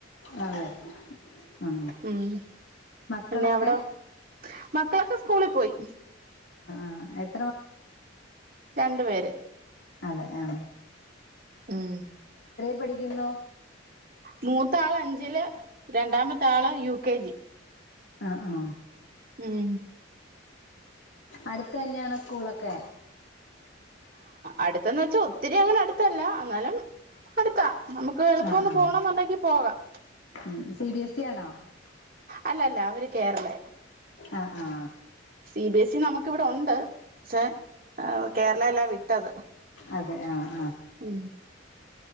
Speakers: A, on the left; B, on the right.
A: അതെെ ആ
B: ഉം
A: മക്കളൊക്കെ
B: പിന്നെ അവിടോ മക്കളൊക്കെ സ്കൂളിൽ പോയി
A: അ <unintelligible>
B: രണ്ടു പേര്
A: അല്ലെ ആ
B: ഉം
A: പഠിക്കുന്നു
B: മൂത്താള് അഞ്ചില് രണ്ടാമത്തെ ആള് യു കെ ജി
A: ആ ആ
B: ഉം
A: അടുത്ത തന്നെയാണ് സ്കൂളൊക്കെ
B: അടുത്ത വച്ചാൽ ഒത്തിരി അങ്ങന അടു ത്തല്ല എന്നാലും അടുത്ത നമുക്ക് എളുപ്പം
A: ആഹ്
B: ഒന്ന്
A: ആഹ്
B: പോണം എന്നുണ്ടെങ്കി പോകാം
A: ഉം <unintelligible>
B: അല്ലല്ല അവര് കേരള
A: ആഹ് ആ
B: സി ബി എസ് ഇ നമുക്കിവിടെ ഉണ്ട് ക്ഷേ കേരളല്ലാ വിട്ടത്
A: അതെ ആ
B: ഉം.